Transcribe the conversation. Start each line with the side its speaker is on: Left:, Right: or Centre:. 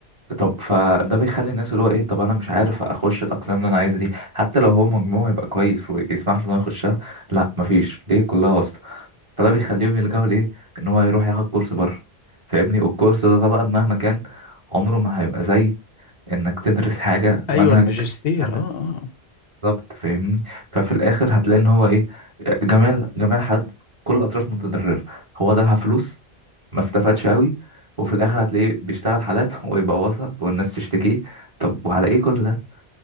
Right: طب فده بيخلي الناس اللي هو ايه طب انا مش عارف اخش الاقسام اللي انا عايزها دي حتى لو هو مجموعه يبقى كويس ويسمح له انه يخشها لا مفيش ليه كلها واسطة فده بيخليهم يلجأوا لإيه إن هو يروح ياخد كورس بره فاهمني والكورس ده طبعا مهما كان عمره ما هيبقى زي إنك تدرس حاجة منهج
Left: أيوة الماجستير
Right: جامد
Left: أه أه
Right: بالظبط فاهمني ففي الآخر هتلاقي إن هو إيه جميع جميع الحالات كل الأطراف متضررة هو دفع فلوس ما استفادش أوي وفي الآخر هتلاقيه بيشتغل حالات <laughs> ويبوظها والناس تشتكيه طب وعلى إيه كل ده؟